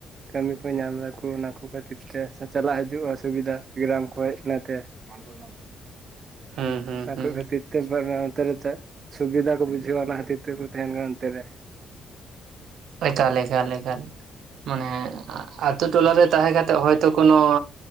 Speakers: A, on the right (about 45°); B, on the right (about 75°).
A: ᱠᱟᱹᱢᱤ ᱠᱚ ᱧᱟᱢ ᱫᱟᱠᱩ ᱚᱱᱟ ᱠᱚ ᱠᱷᱟᱹᱛᱤᱨ ᱛᱮ ᱥᱮ ᱪᱟᱞᱟᱜ ᱦᱤᱡᱩᱜ ᱚᱥᱩᱵᱤᱫᱟ ᱜᱨᱟᱢ ᱠᱷᱚᱡ ᱤᱱᱟᱹᱛᱮ᱾ <unintelligible>
B: ᱦᱩᱸ ᱦᱩᱸ
A: ᱟᱠᱚ
B: ᱦᱩᱸ
A: ᱠᱷᱟᱹᱛᱤᱨ ᱛᱮ <unintelligible> ᱥᱩᱵᱤᱫᱟ ᱠᱚ ᱵᱩᱡᱷᱟᱹᱣᱟ ᱚᱱᱟ ᱦᱚᱛᱮᱡ ᱛᱮᱠᱚ ᱛᱟᱦᱮᱱ ᱠᱟᱱ <unintelligible>
B: ᱮᱠᱟᱞ ᱮᱠᱟᱞ ᱮᱠᱟᱞ ᱢᱟᱱᱮ ᱟᱛᱩ ᱴᱚᱞᱟ ᱨᱮ ᱛᱟᱦᱮᱸ ᱠᱟ ᱠᱟᱛᱮᱜ ᱦᱚᱭᱛᱳ ᱠᱚᱱᱚ